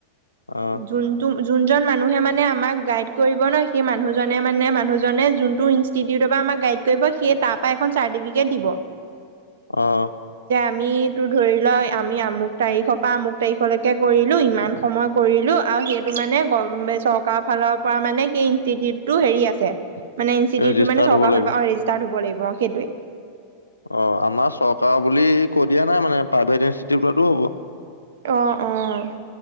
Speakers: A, on the left; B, on the right.
A: অ
B: যোনতো যোনজন মানুহে মানে আমাক গাইড কৰিব ন সেই মানুহ জনে মানে মানুহ জনে যোনতো ইনষ্টোটিৰ পা আমাক গাইড কৰিব সেই তাৰ পৰা এখন চাৰ্টিফিকেট দিব।
A: আহ
B: আমিতো ধৰি লোৱা আমি আমুক তাৰিখৰ পৰা আমুক তাৰিখলৈকে কৰিলো ইমান সময় কৰিলো আৰু সেইটো মানে গ চৰকাৰৰ ফালৰ পৰা মানে সেই ইনষ্টিটিউটটো হেৰি আছে মান ইনষ্টিউটো
A: ৰেজিষ্টাৰ্ড
B: মানে চৰকাৰ
A: হ'ব লাগিব।
B: ফাল পৰা ৰেজিষ্টাৰ হ'ব লাগিব সেইটোৱে
A: অ' আমাৰ চৰকাৰ বুলি কৈ দিয়া নাই মানে প্ৰাইভেট ইনষ্টিটিউটো হ'ব।
B: আহ আহ